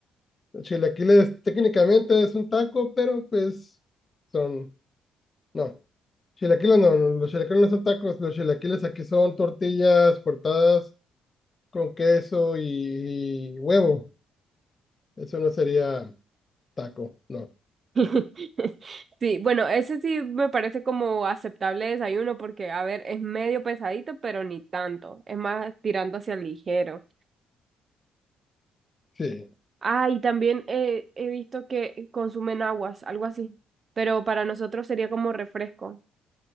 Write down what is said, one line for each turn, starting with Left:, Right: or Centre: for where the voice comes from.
Left: Chilaquiles técnicamente es un taco, pero pues son, no. Chilaquiles no, no, los chilaquiles no son tacos, los chilaquiles aquí son tortillas cortadas con queso y, y huevo. Eso no sería taco, no.
Right: <laughs> Sí, bueno, ese sí me parece como aceptable desayuno porque, a ver, es medio pesadito, pero ni tanto. Es más tirando hacia el ligero.
Left: Sí.
Right: Ah, y también eh, he visto que consumen aguas, algo así. Pero para nosotros sería como refresco.